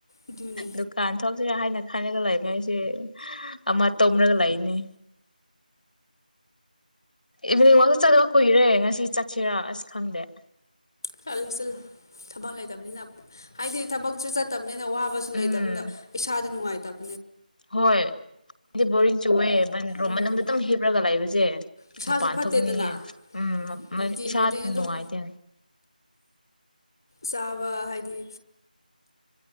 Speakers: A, on the left; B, on the left.
A: ꯑꯗꯨꯅꯦ
B: ꯗꯨꯀꯥꯟ ꯊꯣꯛꯁꯤꯔ ꯍꯥꯏꯅ ꯍꯥꯏꯔꯒꯥ ꯂꯩꯗꯣꯏꯁꯦ ꯑꯃꯥ ꯇꯨꯝꯃꯒꯥ ꯂꯩꯅꯤ ꯏꯚꯤꯅꯤꯡ ꯋꯥ꯭ꯔꯛ ꯆꯠꯂ ꯀꯨꯏꯔꯦ ꯉꯁꯤ ꯆꯠꯁꯤꯔ ꯑꯁ ꯈꯪꯗꯦ
A: ꯆꯠꯂꯨ ꯆꯠꯂꯨ ꯊꯕꯛ ꯂꯩꯇꯕꯅꯤꯅ ꯍꯥꯏꯗꯤ ꯊꯕꯛꯁꯨ ꯆꯠꯇꯕ ꯅꯣꯏꯅ ꯋꯥꯕꯁꯨ ꯂꯩꯇꯕꯅꯤꯅ
B: ꯎꯝ
A: ꯏꯁꯥꯗ ꯅꯨꯡꯉꯥꯏꯇꯕ
B: ꯍꯣꯏ ꯑꯩꯗꯤ ꯕꯣꯔꯤꯡ ꯆꯨꯏꯑꯦ ꯕꯟꯔꯨꯝ
A: ꯎꯝ
B: ꯃꯅꯨꯡꯗ ꯑꯗꯨꯝ ꯍꯤꯞꯂꯒ ꯂꯩꯕꯁꯦ
A: ꯏꯁꯥꯁꯨ
B: ꯃꯄꯥꯟ
A: ꯐꯠꯇꯦꯗꯅ
B: ꯊꯣꯛꯅꯤꯡꯉꯦ ꯎꯝ ꯎꯝ
A: ꯅꯨꯡꯇꯤ
B: ꯏꯁꯥ
A: ꯈꯨꯗꯤꯡ ꯑꯗꯨꯝ
B: ꯅꯨꯡꯉꯥꯏꯇꯦ
A: ꯆꯥꯕ ꯍꯥꯏꯗꯤ